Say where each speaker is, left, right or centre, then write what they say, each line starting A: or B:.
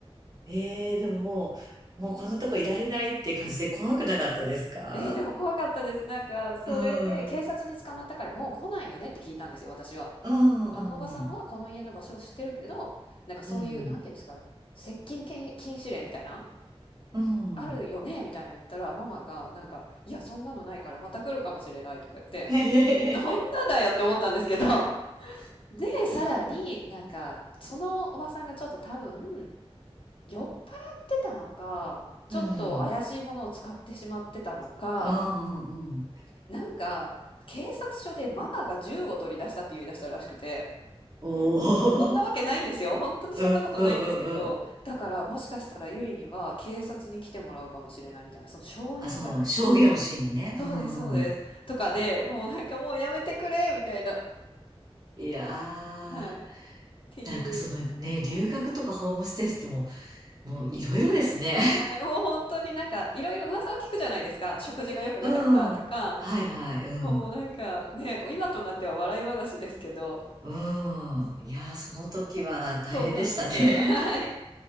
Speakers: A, on the right; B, on the left.
A: ええでももう、もうこんなとこいられないって感じで怖くなかったですか
B: えー、でも怖かったです。なんか、それで警察に捕まったからもう来ないよねって聞いたんですよ、
A: うん。うん、
B: 私は。
A: うん。
B: あのおばさんはこの家の場所を知ってるけど、なんかそういう、
A: うん。
B: なんていうんですか、接近禁止令みたいな、
A: うん。
B: あるよねみたいな言ったら、
A: うん。
B: ママが、なんか、いや、そんなのないからまた来るかもしれないとか言って、
A: <laughs>
B: どんなだよって思ったんですけど、<laughs> で、さらになんか、そのおばさんがちょっと多分、酔っ払ってたのか、ちょっと怪しいものを使ってしまってたのか、
A: うん。<laughs> うん、うん、うん。
B: なんか、警察署でママが銃を取り出したって言い出したらしくて、
A: おー、
B: そんなわけないんですよ。
A: <laughs>
B: 本当にそんなことないんですけど、
A: うんうんうんうん。
B: だからもしかしたらユリには警察に来てもらうかもしれないみたいな、その証人じゃないですけど。
A: あ、その、証言をしにね。
B: そうです、
A: うんうん。
B: そうです。とかで、もうなんかもうやめてくれみたいな。
A: いやー、
B: はい。っていう。
A: なんかそのね、留学とかホームステイってもう、もういろいろですね。
B: はい。もう本当になんかいろいろ噂を聞くじゃないですか。食事が良くなかったとか。
A: <laughs> うん。はいはい、うん。
B: もうなんかね、今となっては笑い話ですけど。
A: うん。いやー、その時は大変でしたね。
B: そうなんですよ。はい。